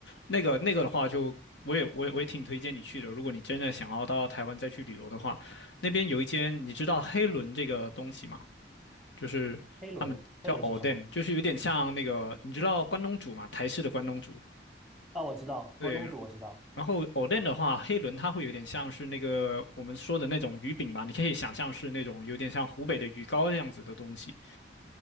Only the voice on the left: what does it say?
那个那个的话就，我也我也我也挺推荐你去的。如果你真的想要到台湾再去旅游的话，那边有一间你知道黑轮这个东西吗？就是他们叫
Oden，l 就是有点像那个你知道关东煮嘛，台式的关东煮。
对，
然后 Oden l 的话，黑轮它会有点像是那个我们说的那种鱼饼嘛，你可以想象是那种有点像湖北的鱼糕这样子的东西。